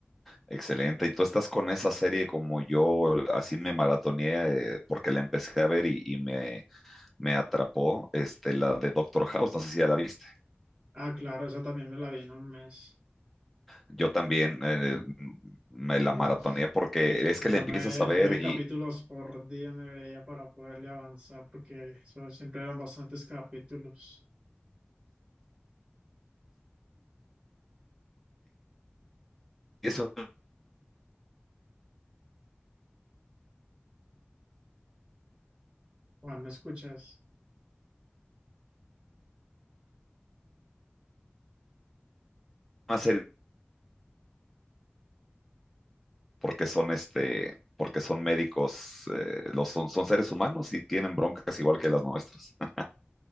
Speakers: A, in the centre; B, on the right.
A: Excelente. ¿Y tú estás con esa serie como yo? Así me maratoneé eh, porque la empecé a ver y, y me, me atrapó, este, la de Doctor House, no sé si ya la viste.
B: Ah, claro, esa también me la vi en un mes.
A: Yo también eh, me la
B: <laughs>
A: maratoneé porque es
B: Como
A: que la empiezas
B: nueve,
A: a ver
B: nueve capítulos
A: y...
B: por día me veía para poderle avanzar, porque eso siempre eran bastantes capítulos.
A: es una
B: Juan, ¿me escuchas?
A: serie porque son este, porque son médicos, eh, los, son, son seres humanos y tienen broncas igual que las nuestras. <laughs>